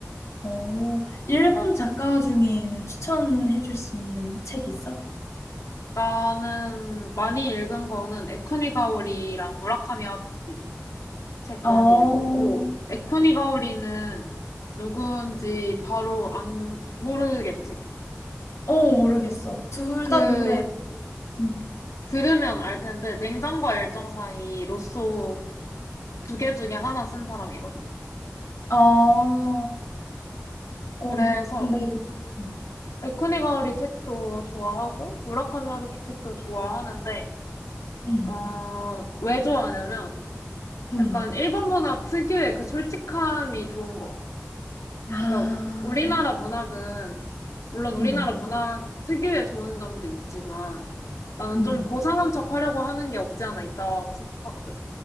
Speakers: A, on the left; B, on the left.
A: 어 일본 작가 중에는 추천해 줄 수 있는 책 있어?
B: 나는 많이 읽은 거는 에쿠니가오리랑 무라카미 하루키 책 많이
A: 어.
B: 읽었고, 에쿠니가오리는 누구인지 바로 안, 모르겠지.
A: 어 모르겠어. 둘
B: 그,
A: 다 근데 음.
B: 들으면 알 텐데, 냉장과 열정 사이 로쏘 두 개 중에 하나 쓴 사람이거든.
A: 아.
B: 그래서
A: 어 근데 음
B: 에쿠니 가오리 책도 좋아하고 무라카미 하루키 책도 좋아하는데
A: 음
B: 어, 왜 좋아하냐면
A: 음.
B: 약간 일본 문학 특유의 그 솔직함이 좋은 것 같아.
A: 아
B: 그러니까 우리나라 문학은 물론 우리나라
A: 음
B: 문학 특유의 좋은 점도 있지만 나는
A: 음.
B: 좀 고상한 척 하려고 하는 게 없지 않아 있다고 생각하거든.